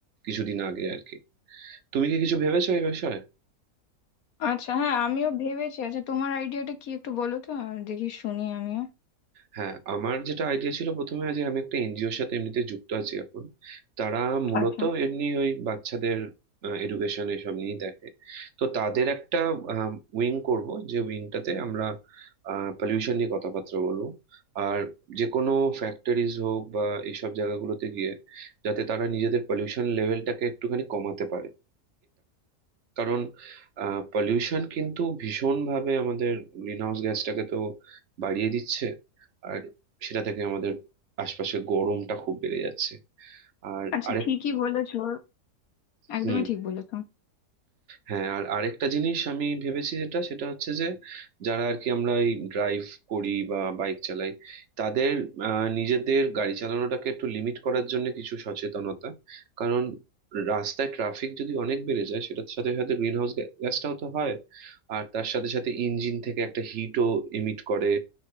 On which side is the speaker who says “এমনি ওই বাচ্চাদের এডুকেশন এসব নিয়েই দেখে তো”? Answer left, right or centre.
Right